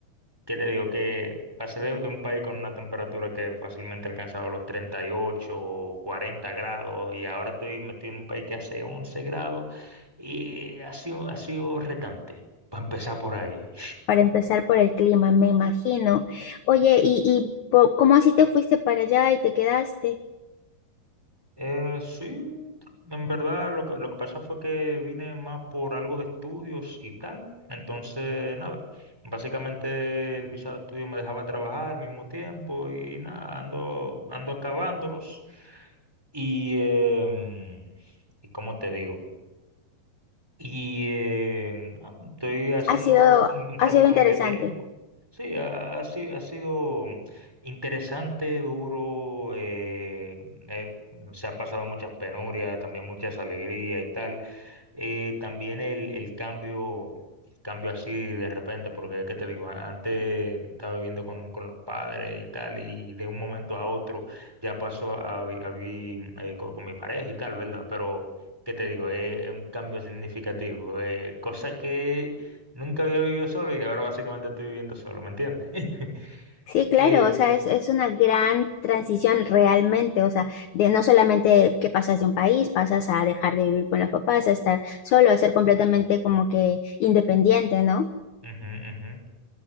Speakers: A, in the centre; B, on the left.
A: ¿Qué te digo? Que pasé de, de un país con una temperatura que fácilmente alcanzaba los 38 o 40 grados y ahora estoy metido en un país que hace 11 grados y ha sido, ha sido retante, para empezar por ahí. ¿eh?
B: para empezar por el clima, me imagino. Oye, ¿y, y po- cómo así te fuiste para allá y te quedaste?
A: Eh, sí, en verdad lo que, lo que pasa fue que vine más por algo de estudios y tal. Entonces, nada, básicamente el visado de estudio me dejaba trabajar al mismo tiempo y nada, ando, ando acabándolos. Y, em, y como te digo, y eh, ah, estoy haciendo
B: Ha sido,
A: un, un trabajito
B: ha sido interesante.
A: a medio tiempo. Sí, ha, ha si- ha sido interesante, duro, eh, eh, se ha pasado muchas penurias, también muchas alegrías y tal. Eh, también el, el cambio, cambio así de repente, porque, ¿qué te digo? A- Antes estaba viviendo con, con los padres y tal, y de un momento a otro ya pasó a, vi- a vivir eh, con, con mi pareja y tal, ¿verdad? Pero... ¿qué te digo? Es un cambio significativo, eh, cosa que nunca había vivido solo y ahora básicamente estoy viviendo solo, ¿me entiendes? <laughs>
B: Sí, claro,
A: Y,
B: o sea, es, es una gran transición realmente, o sea, de no solamente que pasas de un país, pasas a dejar de vivir con los papás, a estar solo, a ser completamente como que independiente, ¿no?
A: ujú, ujú.